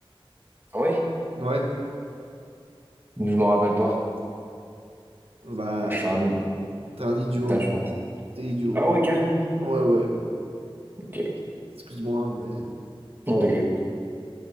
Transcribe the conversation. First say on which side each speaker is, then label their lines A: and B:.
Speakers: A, on the right; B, on the right.
A: Ah ouais?
B: Ouais.
A: Je m'en rappelle pas.
B: Bah,
A: Ah, je suis un...
B: t'es un idiot.
A: Putain,
B: hein.
A: je pense.
B: T'es idiot.
A: Ah ouais, carrément.
B: Ouais, ouais.
A: Ok.
B: Excuse-moi, hein, mais.
A: Non, t'inquiète.